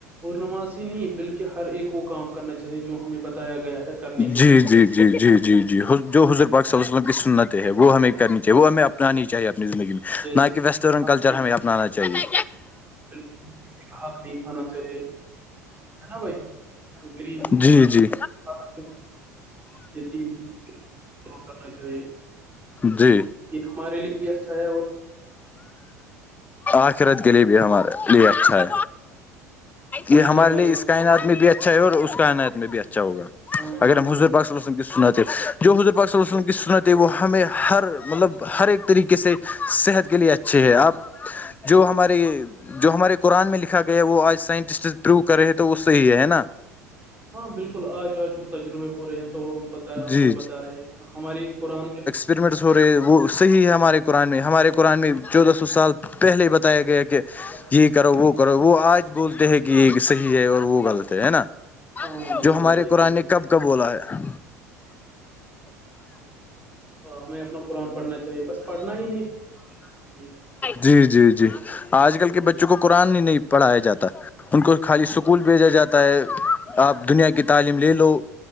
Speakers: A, on the right (about 20°); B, on the left (about 20°).
A: اور نماز ہی نہیں بلکہ ہر ایک وہ کام کرنا چاہیے جو ہمیں بتایا گیا ہے کرنے کے
B: جی
A: لیے
B: جی جی جی جی جی جو حضور پاک ص السلام کی سنت ہے وہ ہمیں کرنی چاہیے وہ ہمیں اپنانی چاہے اپنی زندگی میں
A: جیسے
B: نہ
A: کسی
B: کہ ویسٹرن
A: کا حق
B: کلچر ہمیں اپنانا چاہیے
A: بالل کسی کا حق نہیں کھانا چاہیے ہے نا بھائی غریب
B: جی جی
A: غب و تین ڈر کرنا چاہیے
B: جی
A: یہ ہمارے لیے بھی اچھا ہے اور
B: آخرت گلیے بھی ہمار لیٹ چائے
A: ہر
B: یہ
A: ایک
B: ہمارے
A: کے بارے
B: لیے اس
A: میں اچھا
B: کائنات
A: سوچ
B: میں بھی اچھا ہے اور اس کا ائنعت میں بھی اچھا ہوگا
A: ہاں
B: اگرر ہم
A: بالکل
B: حضر باک سناتے جو حضور پاک ص وسلم کی سناتے وہ ہمیں ہر مطلب ہر ایک طریقے سے صحت کے لیے اچھھی ہے اب جو ہمارے جو ہمارے قرآن میں لکھا گیا ہے وہ آج سائنٹسٹ پروو کر رہے ہیں تو وہ صحیح ہے نا
A: ہاں بالکل آج آج وہ تجربے ہو رہے ہیں تو وہ بتا
B: جی
A: وہ بتا رہے ہیں ہماری قرآن
B: ایکپریمنٹس ہو رہے ہیں وہ صحیح ہے ہمارے قرآن میں ہمارے قرآن میں چودہ سو سال پہلے
A: جو
B: ہی بتایا گیا کہ
A: باتیں
B: یہ
A: لکھی
B: کرو
A: گئی
B: وہ
A: ہے
B: کرو وہ آج بولتے ہیں کہ یہ صحیح ہے اور وہ غلط ہے نا
A: ہاں بالکل
B: جو ہمارے
A: بھائی
B: قرآن
A: بالکل
B: کب کا بولا ہے
A: ہمیں اپنا قرآن پڑھنا چاہیے بس پڑھنا ہی نہیں پڑھنا چاہیے
B: جی جی جی
A: آ،
B: آج کل کے بچے کو قآن ہی نہیں پڑھایا جاتا ان کو خالی اسکول
A: ہاں
B: بھیجا جاتا ہے آپ دنیا کی تعلیم لے لو